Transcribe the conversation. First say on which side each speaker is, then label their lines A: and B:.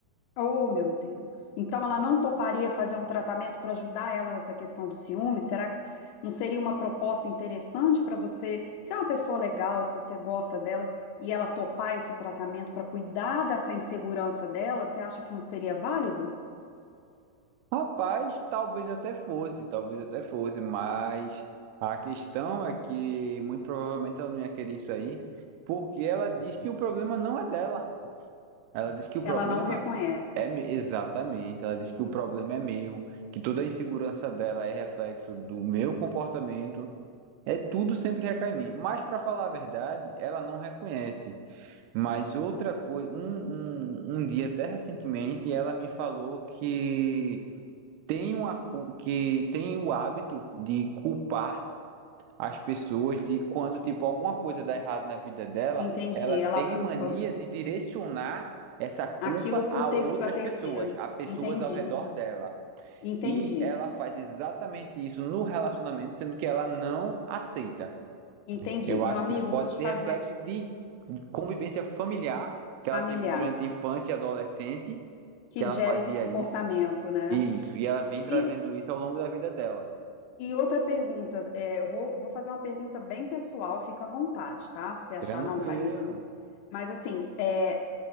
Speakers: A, on the left (about 85°); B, on the right (about 80°).
A: Oh, meu Deus. Então ela não toparia fazer um tratamento para ajudar ela nessa questão do ciúme? Será que não seria uma proposta interessante para você, se é uma pessoa legal, se você gosta dela, e ela topar esse tratamento para cuidar dessa insegurança dela, você acha que não seria válido?
B: Rapaz, talvez até fosse, talvez até fosse, mas a questão é que muito provavelmente ela não ia querer isso aí, porque ela diz que o problema não é dela. Ela diz que o
A: Ela
B: problema
A: não reconhece.
B: é me- exatamente, ela diz que o problema é meu, que toda a insegurança dela é reflexo do meu comportamento, é tudo sempre recai em mim. Mas para falar a verdade, ela não reconhece. Mas outra coisa, um, um, um dia até recentemente, ela me falou que tem uma, cu- que tem o hábito de culpar as pessoas de quando, tipo, alguma coisa dá errado na vida dela,
A: Entendi.
B: ela tem
A: Ela culpa
B: mania de direcionar essa culpa
A: aquilo para
B: a
A: ter,
B: outras
A: para terceiros.
B: pessoas, a pessoas
A: Entendi.
B: ao redor dela.
A: Entendi.
B: E ela faz exatamente isso no relacionamento, sendo que ela não aceita.
A: Entendi.
B: Eu
A: Meu
B: acho
A: amigo,
B: que isso pode
A: eu vou te
B: ser
A: fazer
B: reflexo de convivência familiar que
A: familiar
B: ela teve durante a infância e adolescente,
A: que
B: que ela
A: gera
B: fazia
A: esse comportamento,
B: isso,
A: né?
B: isso, e ela vem trazendo
A: E
B: isso ao longo da vida dela.
A: E outra pergunta, é, eu vou, vou fazer uma pergunta bem pessoal, fica à vontade, tá? Se achar,
B: Tranquilo.
A: não, Karina. não- Mas assim, é,